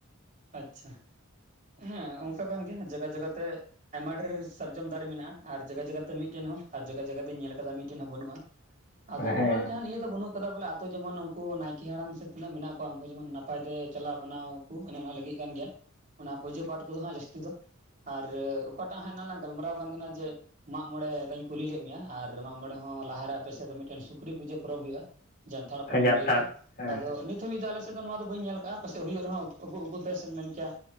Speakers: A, on the right; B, on the left.
A: ᱟᱪᱪᱷᱟ ᱮᱸ ᱚᱱᱠᱟ ᱠᱟᱱ ᱜᱮᱭᱟ ᱡᱟᱸᱜᱟ ᱡᱟᱸᱜᱟ ᱛᱮ ᱟᱭᱢᱟ ᱰᱷᱮᱨ ᱥᱟᱨᱡᱚᱢ ᱫᱟᱨᱮ ᱢᱮᱱᱟᱜ-ᱟ ᱟᱨ ᱡᱟᱸᱜᱟ ᱡᱟᱸᱜᱟ ᱛᱮ ᱢᱤᱫᱴᱮᱱ ᱦᱚᱸ ᱟᱨ ᱡᱟᱸᱜᱟ ᱡᱟᱸᱜᱟ ᱛᱮᱧ ᱧᱮᱞ ᱠᱟᱫᱟ ᱢᱤᱫᱴᱮᱱ ᱦᱚᱸ ᱵᱟᱹᱱᱩᱜ-ᱟ ᱾
B: <inaudible>
A: ᱟᱫᱚ
B: ᱦᱮᱸ
A: ᱚᱱᱟ ᱫᱚ ᱡᱟᱦᱟ ᱤᱭᱟᱹ ᱫᱚ ᱵᱟᱹᱱᱩᱜ ᱠᱟᱫᱟ ᱵᱚᱞᱮ ᱟᱛᱳ ᱡᱮᱢᱚᱱ ᱩᱱᱠᱩ ᱱᱟᱭᱠᱮ ᱦᱟᱲᱟᱢ ᱥᱮ ᱛᱤᱱᱟᱹᱜ ᱢᱮᱱᱟᱜ ᱠᱚᱣᱟ ᱩᱱᱠᱩ ᱡᱮᱢᱚᱱ ᱱᱟᱯᱟᱭ ᱛᱮ ᱪᱟᱞᱟᱣ ᱵᱟᱱᱟᱣ ᱠᱚ ᱾ ᱚᱱᱮ ᱚᱱᱟ ᱞᱟᱹᱜᱤᱜ ᱠᱟᱱ ᱜᱮᱭᱟ ᱚᱱᱟ ᱯᱩᱡᱟᱹ ᱯᱟᱴ ᱠᱚᱫᱚ ᱦᱟᱸᱜ ᱡᱟᱹᱥᱛᱤ ᱫᱚ ᱟᱨ ᱚᱠᱟᱴᱟᱜ ᱦᱟᱸᱜ ᱮᱱᱟᱝ ᱞᱟᱝ ᱜᱟᱞᱢᱟᱨᱟᱣ ᱠᱟᱱ ᱛᱟᱦᱮᱱᱟ ᱡᱮ ᱢᱟᱜ ᱢᱚᱬᱮ ᱨᱮᱧ ᱠᱩᱞᱤ ᱞᱮᱜ ᱢᱮᱭᱟ ᱟᱨ ᱢᱟᱜ ᱢᱚᱬᱮ ᱦᱚᱸ ᱞᱟᱦᱟᱨᱮ ᱟᱯᱮ ᱥᱮᱫ ᱫᱚ ᱢᱤᱫᱴᱮᱱ ᱥᱩᱠᱨᱤ ᱯᱩᱡᱟᱹ ᱯᱚᱨᱚᱵᱽ ᱦᱩᱭᱩᱜ-ᱟ ᱾ ᱡᱟᱱᱛᱷᱟᱲ ᱯᱚᱨᱚᱵᱮᱢ
B: ᱡᱟᱱᱛᱷᱟᱲ
A: ᱞᱟᱹᱭ ᱮᱫᱟ
B: ᱦᱮᱸ
A: ᱟᱫᱚ ᱱᱤᱛ ᱛᱚ ᱱᱤᱛ ᱦᱟᱹᱵᱤᱡ ᱫᱚ ᱟᱞᱮᱥᱮᱫ ᱫᱚ ᱱᱚᱣᱟ ᱫᱚ ᱵᱟᱹᱧ ᱧᱮᱞ ᱟᱠᱟᱜ-ᱟ ᱯᱟᱥᱮᱪ ᱦᱩᱭᱩᱜ ᱨᱮᱦᱚᱸ ᱩᱠᱩ ᱩᱠᱩᱛᱮ ᱥᱮᱢ ᱢᱮᱱ ᱠᱮᱭᱟ